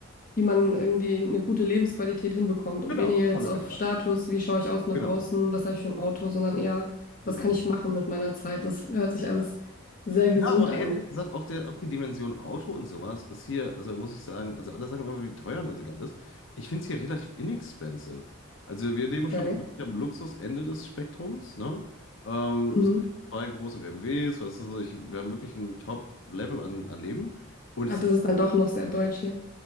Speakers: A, on the left; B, on the left.
A: wie man irgendwie eine gute Lebensqualität hinbekommt und
B: genau,
A: weniger jetzt
B: Politics.
A: auf Status, wie schaue ich aus nach
B: genau,
A: außen, was habe ich für ein Auto, sondern eher, was
B: genau.
A: kann ich machen mit meiner Zeit. Das hört sich alles sehr
B: Ja,
A: gesund
B: aber
A: an.
B: e-, ehrlich gesagt, auch, der, auch die Dimension Auto und sowas ist hier, also muss ich sagen, also alle sagen immer, wie teuer Neuseeland ist. Ich finde es hier relativ inexpensive. Also wir leben schon
A: Okay.
B: wirklich am Luxusende des Spektrums, ne? Ähm,
A: Mhm.
B: so zwei große BMWs, weißt du, so, ich, wir haben wirklich ein Top-Level an, an Leben. Und
A: Ah,
B: es
A: das ist dann doch noch sehr deutsch hier.